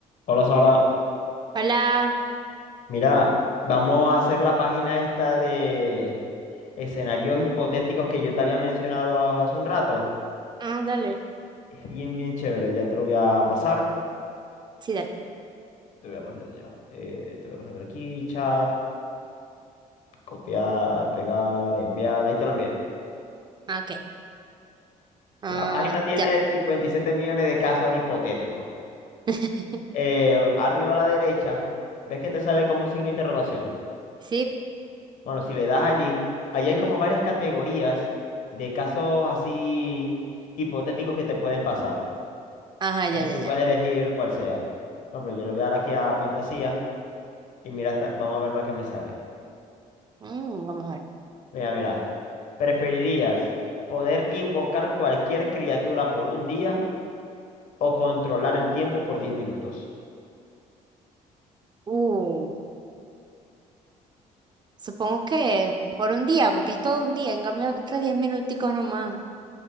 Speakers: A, on the left (about 65°); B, on the right (about 30°).
A: Hola Sara,
B: Hola.
A: mira, vamos a hacer la página esta de escenarios hipotéticos que yo te había mencionado hace un rato.
B: Ah, dale.
A: Es bien, bien chévere, ya te lo voy a pasar.
B: Sí, dale.
A: Te voy a pasar ya. eh, te lo voy a pasar por aquí, chat, copiar, pegar, enviar. Ahí te lo envié.
B: Ah, Ok. Ah,
A: La página tiene
B: ya.
A: 57 millones de casos hipotéticos.
B: <laughs>
A: Eh, arriba a la derecha, ¿ves que te sale como un signo de interrogación?
B: Sí.
A: Bueno, si le das allí, allí hay como varias categorías de casos así hipotéticos que te pueden pasar.
B: Ajá, ya,
A: Entonces
B: ya,
A: tú
B: ya.
A: puedes elegir cuál sea. Por ejemplo, yo le voy a dar aquí a fantasía y mira, esta- vamos a ver la que me sale.
B: Mm, vamos a ver.
A: Mira, mira. ¿Preferirías poder invocar cualquier criatura por un día o controlar el tiempo por diez minutos?
B: Uh, supongo que por un día, porque es todo un día. En cambio, otros 10 minuticos nomás.